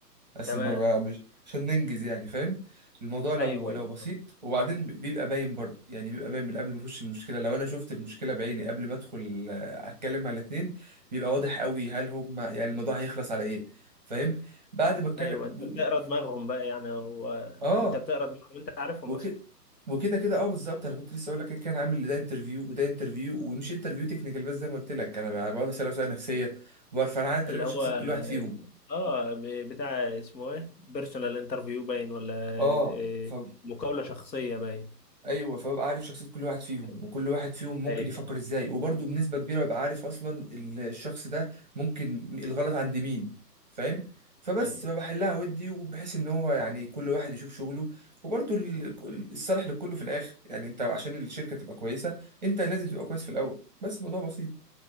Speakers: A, on the right; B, on the left.
A: بس
B: تمام
A: ما بقى مش عشان ننجز يعني فاهم الموضوع لو
B: ايوه
A: لو
B: ايوه
A: بسيط وبعدين بي- بيبقى باين برضه يعني بيبقى باين من قبل ما اخش المشكله لو انا شفت المشكله بعيني قبل ما ادخل آه، اتكلم مع الاتنين بيبقى واضح قوي هل هم يعني الموضوع هيخلص على ايه فاهم بعد ما اتكلم
B: ايوه انت
A: ب-
B: بتقرا
A: ب-
B: دماغهم بقى يعني هو
A: اه
B: انت بتقرا دماغهم انت عارفهم
A: وكده
B: اصلا
A: وكده كده اه بالظبط انا كنت لسه اقول لك كده كان عامل ده انترفيو وده انترفيو ومش انترفيو تكنيكال بس زي ما قلت لك انا بقعد اسال اسئله نفسيه وبعرف انا عارف تقريبا
B: اللي هو
A: شخصيه كل واحد فيهم
B: اه ب- بتاع اسمه ايه بيرسونال انترفيو باين ولا
A: اه
B: إيه؟
A: ف...
B: مقابله شخصيه باين
A: ايوه فببقى عارف شخصيه كل واحد فيهم
B: ايوه
A: وكل واحد فيهم ممكن
B: ايوه
A: يفكر ازاي وبرضه بنسبه كبيره ببقى عارف اصلا ال- الشخص ده ممكن الغلط عند مين فاهم فبس
B: أيوة.
A: بحلها ودي وبحيث ان هو يعني كل واحد يشوف شغله وبرضه ال- الصالح لكله في الاخر يعني انت عشان الشركه تبقى كويسه انت لازم تبقى كويس في الاول بس الموضوع بسيط